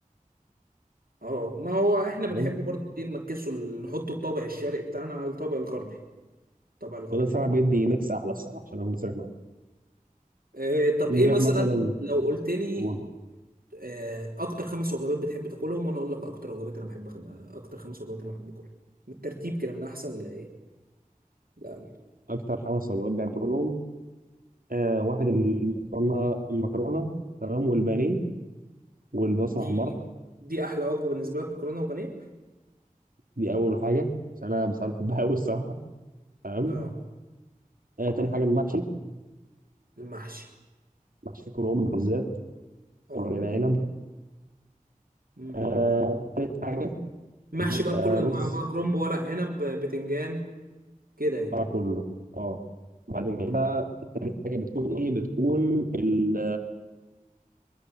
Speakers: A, on the right; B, on the right.
A: اه ما هو احنا بنحبه
B: فاهم
A: برضه ايه نمكسه ال- نحط الطابع الشرقي بتاعنا على الطابع الغربي الطابع الغربي
B: وده الصراحه بيدي ميكس احلى الصراحه عشان اكون صريح معاك
A: آه، طب
B: اللي
A: ايه
B: شايف
A: مثلا
B: مثلا
A: لو قلت لي
B: هو
A: آه، اكتر خمس وجبات بتحب تاكلهم وانا اقول لك اكتر وجبات انا بحب خم... آه، اكتر خمس وجبات انا بحب اكلهم بالترتيب كده من احسن لايه لاقل
B: اكتر خمس وجبات بحب اكلهم آه واحد اللي اخترنا المكرونه تمام والبانيه والبصل
A: دي
B: محمره
A: دي احلى وجبه بالنسبه لك مكرونه وبانيه
B: دي اول حاجه عشان انا بصراحه بحبها قوي الصراحه تمام
A: اه
B: آه تاني حاجه المحشي
A: المحشي
B: محشي كرنب بالذات
A: اه
B: ورق العنب
A: امم
B: آه تالت حاجه
A: محشي بقى
B: الرز
A: بكل انواعه بقى كرنب ورق عنب بتنجان كده يعني
B: آه كله اه بعد كده التالت حاجه بتكون ايه بتكون ال